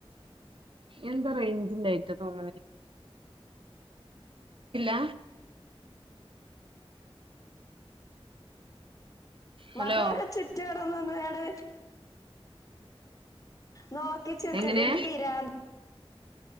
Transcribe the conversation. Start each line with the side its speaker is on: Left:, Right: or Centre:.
Right: എന്താ റേഞ്ചില്ലായിട്ട തോന്ന്ണെ ഇല്ല ഹലോ
Left: മക്കളൊക്കെ ചുറ്റ് അവ്ടെ നിന്ന്ക്കാണ് നോക്കി ചിറിച്ചിട്ട്
Right: എങ്ങനെ
Left: ഇങ്ങട്ട് പിരാ